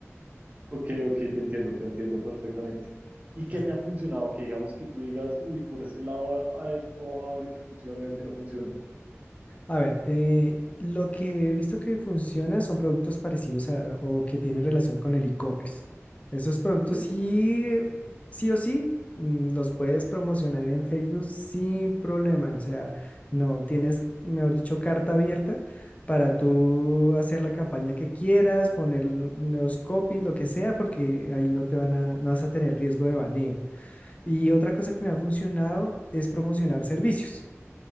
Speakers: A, on the right; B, on the left.
A: ok, ok, te entiendo, te entiendo perfectamente. ¿Y qué
B: <laughs>
A: te ha funcionado? Que digamos que tú digas, uy, por ese lado ah, es probable que funcione o que no funcione.
B: A ver, eh, lo que he visto que funciona son productos parecidos a- o que tienen relación con el e-commerce. Esos productos
A: Ok,
B: sí, eh, sí o sí, mm, los puedes promocionar en Facebook sin problema. O sea, no tienes, mejor dicho, carta abierta para tú hacer la campaña que quieras, poner lo- los copies, lo que sea, porque ahí no te van a, no vas a tener riesgo de baneo. Y otra cosa que me ha funcionado es promocionar servicios.